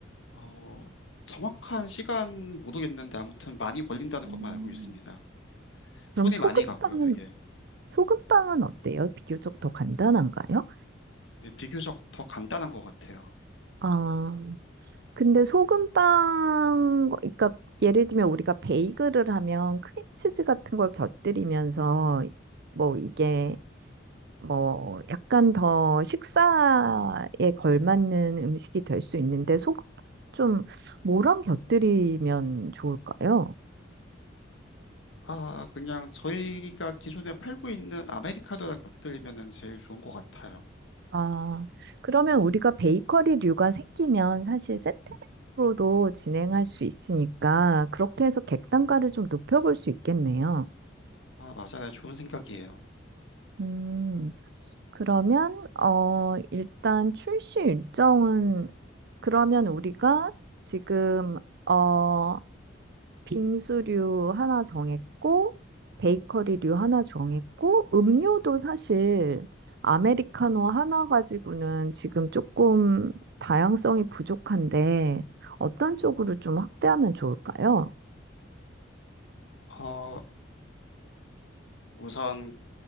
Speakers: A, on the left; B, on the right.
A: 어, 정확한 시간 모르겠는데 아무튼 많이 걸린다는
B: 음.
A: 것만 알고 있습니다.
B: 그럼
A: 손이
B: 소금빵은,
A: 많이 가고요, 되게.
B: 소금빵은 어때요? 비교적 더 간단한가요?
A: 네, 비교적 더 간단한 것 같아요.
B: 아, 근데 소금빵, 그러니까 예를 들면 우리가 베이글을 하면 크림치즈 같은 걸 곁들이면서 뭐 이게 뭐 약간 더 식사에 걸맞는 음식이 될 수 있는데 소금 좀 뭐랑 곁들이면 좋을까요?
A: 아, 그냥 저희가 기존에 팔고 있는 아메리카노랑 곁들이면은 제일 좋은 것 같아요.
B: 아, 그러면 우리가 베이커리류가 생기면 사실 세트로도 진행할 수 있으니까 그렇게 해서 객단가를 좀 높여볼 수 있겠네요.
A: 아, 맞아요. 좋은 생각이에요.
B: 음, 그러면 어 일단 출시 일정은 그러면 우리가 지금 어 빙수류 하나 정했고, 베이커리류 하나 정했고, 음료도 사실 아메리카노 하나 가지고는 지금 조금 다양성이 부족한데, 어떤 쪽으로 좀 확대하면 좋을까요?
A: 어, 우선